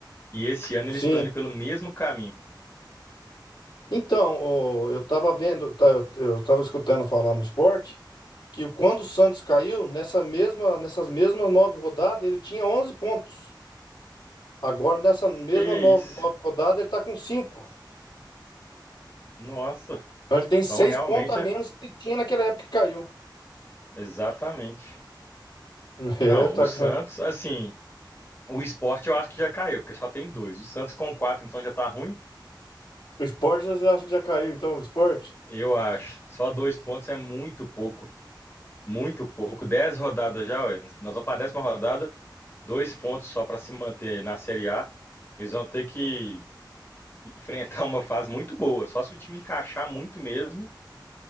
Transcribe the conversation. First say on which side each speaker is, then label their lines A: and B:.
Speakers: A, on the left; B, on the left.
A: E esse ano
B: Sim.
A: eles estão indo pelo mesmo caminho.
B: Então, o- eu tava vendo, tá, eu, eu tava escutando falar no esporte que quando o Santos caiu, nessa mesma, nessas mesmas nove rodadas, ele tinha 11 pontos. Agora, nessa mesma
A: Que
B: nova,
A: isso?
B: nova rodada, ele está com cinco.
A: Nossa,
B: Então, ele tem seis
A: então realmente
B: pontos a
A: é
B: menos que ele tinha naquela época que caiu.
A: exatamente.
B: <laughs> É,
A: Não,
B: tá
A: o Santos,
B: com...
A: assim, o Sport eu acho que já caiu, porque só tem dois. O Santos com quatro, então já tá ruim?
B: O Sport já acha que já caiu, então, o Sport
A: Eu acho. Só dois pontos é muito pouco. Muito pouco. Dez rodadas já, ué. Nós vamos para a décima rodada, dois pontos só para se manter na Série A. Eles vão ter que enfrentar uma fase muito boa, só se o time encaixar muito mesmo,